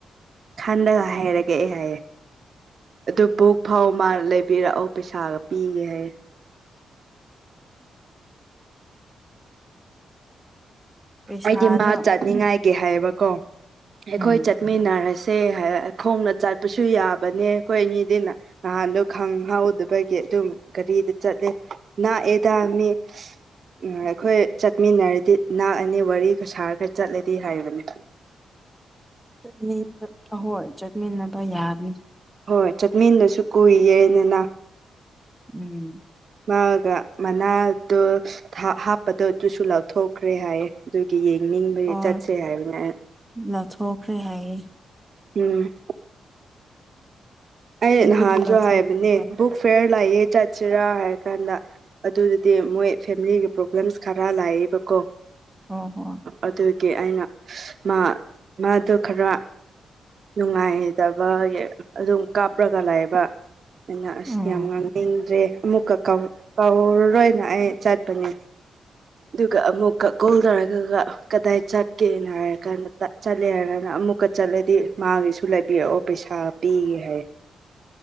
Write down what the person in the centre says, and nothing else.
ꯄꯩꯁꯥꯗꯣ
ꯎꯝ
ꯆꯠꯅꯤ <unintelligible> ꯑ ꯍꯣꯏ ꯆꯠꯃꯤꯟꯅꯕ ꯌꯥꯕꯅꯤ
ꯎꯝ
ꯑꯣ
ꯂꯧꯊꯣꯛꯈ꯭ꯔꯦ ꯍꯥꯏꯌꯦ
ꯀꯤꯕꯒꯤ
ꯂꯧꯊꯣꯛꯈ꯭ꯔꯦ
ꯍꯥꯏꯌꯦ
ꯑꯣ ꯍꯣ
ꯎꯝ